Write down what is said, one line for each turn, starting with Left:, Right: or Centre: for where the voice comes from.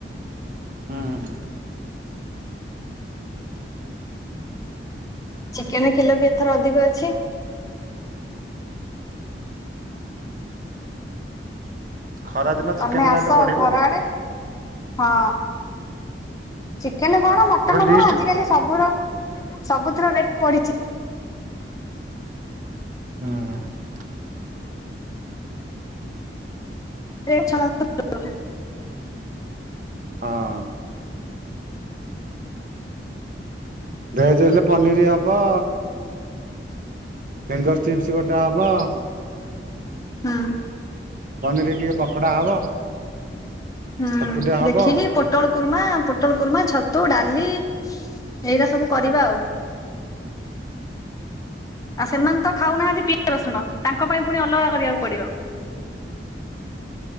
Right: ହୁଁ।
Left: ଚିକେନ କିଲୋ ବି ଏଥର ଅଧିକ ଅଛି।
Right: ଖରା ଦିନ
Left: ତମେ
Right: ଚିକେନ
Left: ଆସ
Right: ରେଟ ବଢିବ
Left: ଘର
Right: ଆଉ
Left: ଆଡେ ହଁ। ଚିକେନ କଣ ମଟନ
Right: ଗୋଟେ ଲିଷ୍ଟ
Left: କଣ ଆଜିକାଲି
Right: ହୁଁ
Left: ସବ ସବୁଥିରରେଟ ବଢିଛି।
Right: ହଁ।
Left: <unintelligible>
Right: ହଁ। ଭେଜ ହେଲେ ପନିର ହବ। ଫିଙ୍ଗର ଚିପ୍ସ ଗୋଟେ ହବ।
Left: ହୁଁ।
Right: ପନିର ଟିକେ ପକୋଡା ହବ
Left: ହୁଁ
Right: ଛତୁଟେ ହବ
Left: ଦେଖିକି ପୋଟଳ କୁର୍ମା ପୋଟଳ କୁର୍ମା ଛତୁ ଡାଲି ଏଇଟା ସବୁ କରିବା ଆଉ। ଆଉ ସେମାନେ ତ ଖାଉନାହାନ୍ତି। ପିଆଜ ରସୁଣ ତାଙ୍କ ପାଇଁ ପୁଣି ଅଲଗା କରିବାକୁ ପଡିବ।